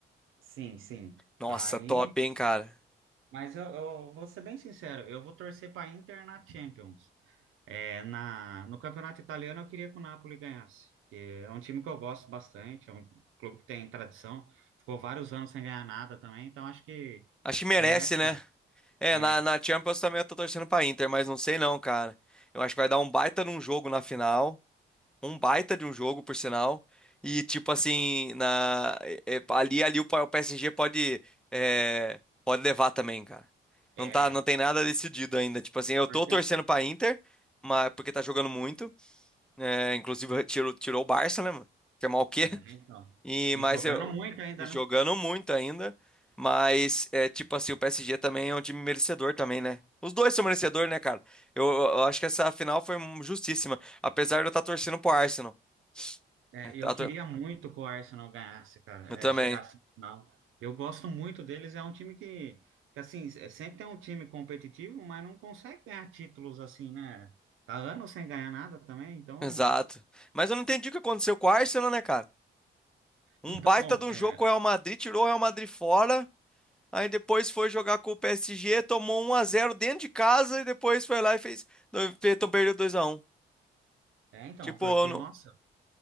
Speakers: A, on the right; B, in the centre.
A: Sim, sim.
B: Nossa,
A: Aí,
B: top, hein, cara.
A: mas eu, eu vou ser bem sincero, eu vou torcer para Inter na Champions. É, na, no campeonato italiano eu queria que o Napoli ganhasse, porque é um time que eu gosto bastante, é um clube que tem tradição, ficou vários anos sem ganhar nada também, então acho que,
B: Acho que merece,
A: que merece
B: né?
A: ganhar.
B: É,
A: É,
B: na, na Champions também eu tô torcendo pra Inter, mas não sei não, cara. Eu acho que vai dar um baita de um jogo na final. Um baita de um jogo, por sinal. E tipo assim, na, é- é- ali, ali o P- o PSG pode, é, pode levar também, cara.
A: é,
B: Não tá, não tem nada decidido ainda. Tipo assim, eu
A: porque
B: tô torcendo pra Inter, mas, porque tá jogando muito. É, inclusive <laughs> tirou, tirou o Barça, né, mano? Que é mal o quê?
A: é, então.
B: E,
A: E
B: mas
A: jogando
B: eu
A: muito ainda,
B: jogando
A: né?
B: muito ainda. Mas é tipo assim, o PSG também é um time merecedor também, né? Os dois são merecedores, né, cara? Eu, eu acho que essa final foi hum, justíssima. Apesar de eu estar torcendo pro Arsenal.
A: É,
B: Eu tá
A: eu queria
B: tor-
A: muito que o Arsenal ganhasse, cara,
B: eu também.
A: é, chegasse no final. Eu gosto muito deles, é um time que, que assim, é- sempre é um time competitivo, mas não consegue ganhar títulos assim, né? Tá anos sem ganhar nada também, então.
B: Exato. Mas eu não entendi o que aconteceu com o Arsenal, né, cara? Um
A: Então,
B: baita
A: oh,
B: de um
A: é,
B: jogo com o Real Madrid, tirou o Real Madrid fora. Aí depois foi jogar com o PSG, tomou um a zero dentro de casa e depois foi lá e fez. Então perdeu dois a um.
A: é, então,
B: Tipo,
A: porque,
B: eu não,
A: nossa,